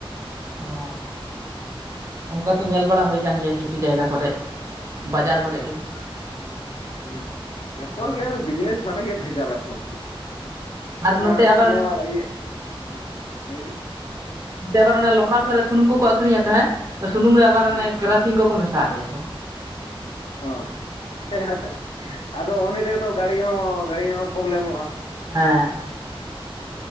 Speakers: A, on the right; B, on the left.
A: ᱚ ᱾ ᱚᱝᱠᱟ ᱛᱮ ᱧᱮᱞ ᱵᱟᱲᱟ ᱦᱳᱭ ᱠᱟᱱ ᱜᱮᱭᱟ ᱠᱤᱪᱷᱩ ᱡᱟᱭᱜᱟ ᱠᱚᱨᱮᱡ ᱾ ᱵᱟᱡᱟᱨ ᱠᱚᱨᱮ
B: ᱦᱳᱭ
A: ᱜᱮ ᱦᱩᱸ
B: ᱦᱩᱸ ᱡᱷᱚᱛᱚ
A: ᱚᱸ
B: ᱨᱮᱜᱮ
A: ᱾
B: ᱵᱤᱡᱽᱱᱮᱥ ᱢᱟᱱᱮ ᱜᱮ ᱵᱷᱮᱡᱟᱞ ᱟᱠᱚ ᱾
A: ᱟᱨ
B: ᱱᱚ
A: ᱱᱚᱛᱮ ᱟᱵᱟᱨ
B: ᱱᱚᱣᱟ ᱤᱭᱟᱹ ᱦᱮᱸ ᱞᱟᱹᱭᱵᱤᱱ?
A: ᱱᱚᱱᱛᱮ ᱟᱵᱟᱨ ᱚᱱᱟ ᱞᱚᱠᱟᱞ ᱠᱚᱨᱮ ᱥᱩᱱᱩᱢ ᱠᱚᱠᱚ ᱟᱹᱠᱷᱨᱤᱧᱟ ᱛᱟ ᱦᱮᱸ ᱥᱩᱱᱩᱢ ᱨᱮ ᱟᱵᱟᱨ ᱚᱱᱟ
B: ᱦᱮᱸ
A: ᱠᱮᱨᱟ ᱥᱤᱱ ᱠᱚᱠᱚ ᱢᱮᱥᱟᱣᱟᱜ ᱜᱮᱭᱟ ᱠᱚ ᱾
B: ᱦᱚᱸ <unintelligible> ᱟᱫᱚ ᱚᱱᱮ ᱛᱮᱜᱮ ᱛᱚ ᱜᱟᱹᱲᱤ ᱦᱚᱸ ᱜᱟᱹᱲᱤ ᱦᱚᱸ ᱯᱨᱚᱵᱞᱮᱢᱚᱜᱼᱟ ᱾
A: ᱦᱮᱸ